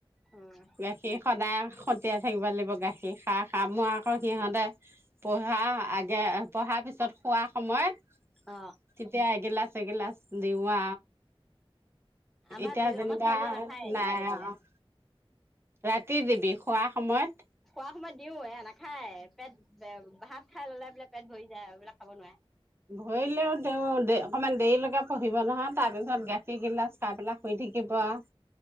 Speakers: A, in the centre; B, on the right.
A: উম
B: গাখীৰ সদায় খতিয়াই থাকিব লাগিব গাখীৰ খা খা মই আকৌ সিহঁতে প ধা আগে পঢ়াৰ পিছত শোৱা সময়ত
A: অ
B: তেতিয়া এগিলাচ এগিলাচ দিও।
A: আমাৰ
B: এতিয়া
A: দি
B: যেনিবা
A: আমাৰ ছোৱালীয়ে নাখায়
B: নাই
A: তেনেকে দিলে
B: আৰু ৰাতি দিবি শুৱাৰ সময়ত
A: শুৱা সময়ত দিও এয়া নাখায় পেট ভাত খাই ললে বোলে পেট ভৰি যায় আৰু খাব নোৱাৰে।
B: ভৰিলেও তেওঁ দে অকমান দেৰিলৈকে পঢ়িব নহয় তাৰ পিছত গাখীৰ গিলাচ খাই পেলাই শুই থাকিব আৰু